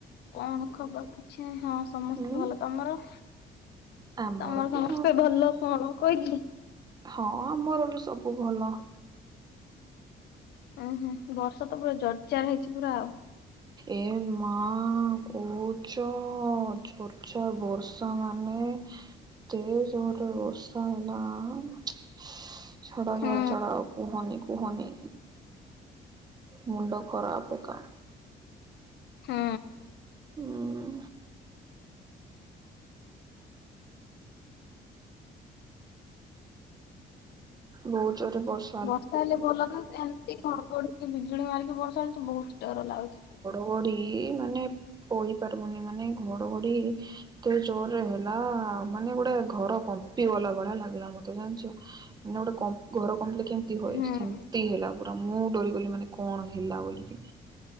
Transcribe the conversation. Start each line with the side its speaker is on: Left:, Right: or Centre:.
Left: କଣ ଖବର ପୁଛି ନାଇଁ ହଁ ସମସ୍ତେ
Right: ହୁଁ
Left: ଭଲ ତମର?
Right: ଆମର
Left: ତମର
Right: ବି
Left: ସମସ୍ତେ
Right: ସମ
Left: ଭଲ କଣ କହିିକି
Right: ହଁ ଆମର ଏଠୁ ସବୁ ଭଲ।
Left: ଉଁ ହୁଁ ବର୍ଷା ତ ପୁରା ଜର୍ଜାର ହେଇଚି ପୁରା ଆଉ।
Right: ଏ ମାଁ।
Left: ହ <unintelligible>
Right: କୋହୁଚୁ ଚୋର୍ଚା ବର୍ଷା ମାନେ ତେ ଜୋରରେ ବର୍ଷା ହେଲା ଛାଡ଼
Left: ହୁଁ
Right: ଛାଡ଼ ଛାଡ଼ ଆଉ କୁହନି। କୁହନି ମୁଣ୍ଡ ଖରାପେକା
Left: ହୁଁ।
Right: ଉୁଁ। ବହୁତ୍ ଜୋରେ ବର୍ଷ୍
Left: ବର୍ଷା ହେଲେ ଭଲ ତ ସେମ୍ ତି ଘଡଘଡିକି ବିଜୁଳି ମାରିକି ବର୍ଷା ହେଲେ ବହୁତ ଡରଲାଗୁ
Right: ପୋଡି ମାନେ ପୋହି ପାରିବୁନି ମାନେ ଘଡ଼ଘଡି ଏତେ ଜୋରରେ ହେଲା ମାନେ ଗୋଟେ ଘର କମ୍ପି ଗଲା ଭଳିଆ ଲାଗିଲା ମତେ ଜାଣିଚୁ। ମାନେ ଗୋଟେ କ ଘର କମ୍ପିଲେ କେମତି ହଏ
Left: ହୁଁ
Right: ସେମିତି ହେଲା ପୁରା ମୁଁ ଡରିଗଲି ମାନେ କଣ ହେଲା ବୋଲିକି।